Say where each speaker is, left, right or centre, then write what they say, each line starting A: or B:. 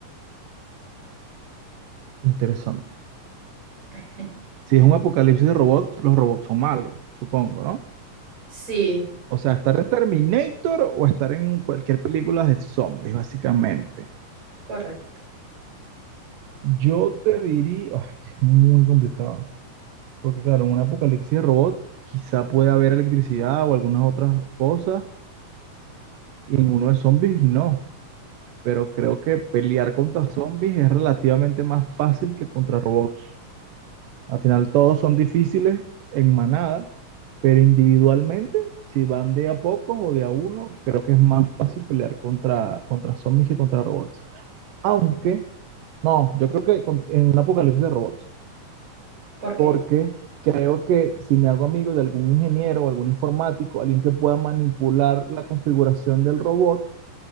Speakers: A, on the right; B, on the right.
A: Interesante.
B: <laughs>
A: Si es un apocalipsis de robot, los robots son malos, supongo, ¿no?
B: Sí,
A: O sea, estar en Terminator o estar en cualquier película de zombies, básicamente.
B: correcto.
A: Yo te diría, ah, que es muy complicado, porque claro, en un apocalipsis de robot quizá puede haber electricidad o algunas otras cosas, y en uno de zombies no, pero creo que pelear contra zombies es relativamente más fácil que contra robots. Al final todos son difíciles en manada, pero individualmente, si van de a pocos o de a uno, creo que es más fácil pelear contra, contra zombies que contra robots. Aunque, no, yo creo que con- en un apocalipsis de robots,
B: ¿Por
A: porque
B: qué?
A: creo que si me hago amigo de algún ingeniero o algún informático, alguien que pueda manipular la configuración del robot,